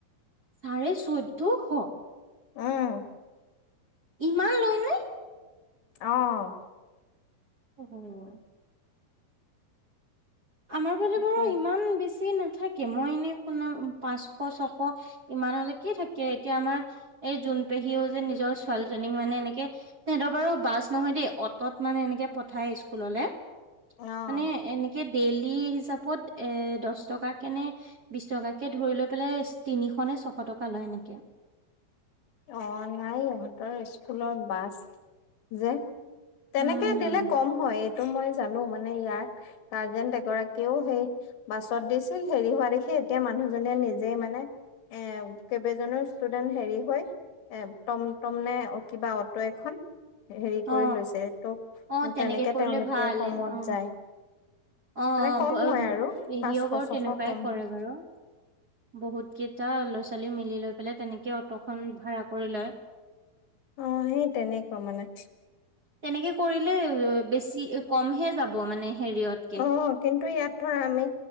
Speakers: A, on the right (about 35°); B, on the left (about 90°).
A: চাৰে চৈধ্যশ
B: উম
A: ইমান লৈ নে
B: অ
A: অহ আমাৰ ফালে বাৰু
B: সেই
A: ইমান বেছি নাথা কে মই এনে শুনা পাঁচশ ছশ ইমানলৈকে থাকে এতিয়া আমাৰ এই জোন পেহীও যে নিজৰ ছোৱালীজনীক মানে এনেকে তেহেতৰ বাৰু বাছ নহয় দেই অটত মানে এনেকে পঠায় স্কুললে
B: অ
A: মানে এনেকে ডেইলি হিচাপত এ দহ টকা কেনে বিশ টকাকে ধৰি লৈ পেলাই তিনিশ নে ছশ টকা লয় এনেকে
B: অ নাই ইহঁতৰ স্কুলত বাছ যে তেনেকে
A: উম হম
B: দিলে কম হয় এইটো মই জানো মানে ইয়াৰ গাৰ্জেন এগৰাকীও সেই বাছত দিছিল হেৰি হোৱা দেখি এতিয়া মানুহজনীয়ে নিজে মানে এ কেইবাজনো ষ্টুডেন্ট হেৰি হয় এ টম টম নে কিবা অটো এখন হেৰি
A: অ
B: কৰি লৈছে ত'
A: অ
B: তেনেকে
A: কৰিলে
B: তেওঁলোকে
A: ভাল
B: কমত
A: অ
B: যায়।
A: অ অ
B: মানে কম হয় আৰু
A: পেহীয়েও
B: পাঁচশ
A: বাৰু তেনেকুৱাই
B: ছশ কম
A: কৰে
B: হয়
A: বাৰু বহুত কেইটা ল'ৰা ছোৱালী মিলি লৈ পেলাই তেনেকে অটখন ভাড়া কৰি লয়।
B: অ সেই তেনেকুৱা মানে
A: তেনেকে কৰিলে বেছি কমহে যাব মানে হেৰিয়ত
B: অ কিন্তু ইয়াত ধৰা আমি